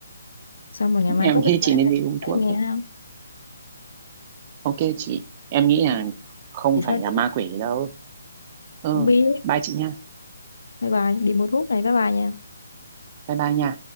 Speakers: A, on the left (about 80°); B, on the right (about 20°).
A: xong rồi ngày mai
B: em
A: có
B: nghĩ
A: kết quả
B: chị nên
A: ra
B: đi uống
A: em
B: thuốc
A: nghe
B: đấy
A: không
B: ok chị em nghĩ là không
A: chị
B: phải
A: phải
B: là
A: đi
B: ma quỷ đâu ừ
A: không biết
B: bye chị nha
A: bye bye đi mua thuốc này bye bye nha
B: bye bye nha